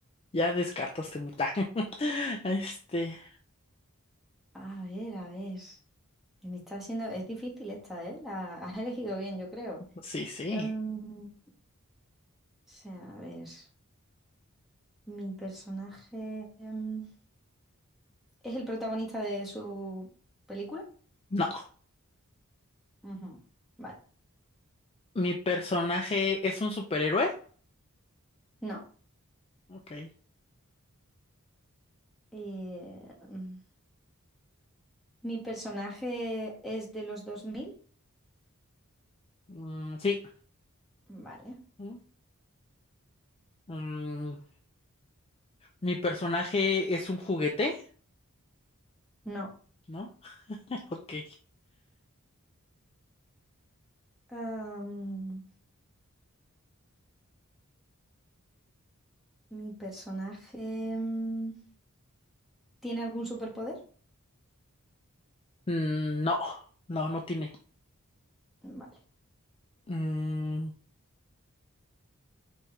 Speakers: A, on the left; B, in the centre.
A: Ya descartaste mucha. <laughs> Este,
B: A ver, a ver. Me está haciendo... Es difícil esta, ¿eh? La <laughs> has elegido bien, yo creo.
A: sí, sí.
B: Em, o sea, a ver. ¿Mi personaje em, es el protagonista de su película?
A: No.
B: Ujú. Vale.
A: Mi personaje es un superhéroe.
B: No.
A: Ok.
B: Eh, mm, ¿mi personaje es de los dos mil,
A: Mm, sí.
B: Vale.
A: Mm, mm, mi personaje es un juguete,
B: No.
A: ¿no? <laughs> Ok.
B: Am, ¿mi personaje em, tiene algún superpoder?
A: Mm, no, no, no tiene.
B: Vale.
A: Mm,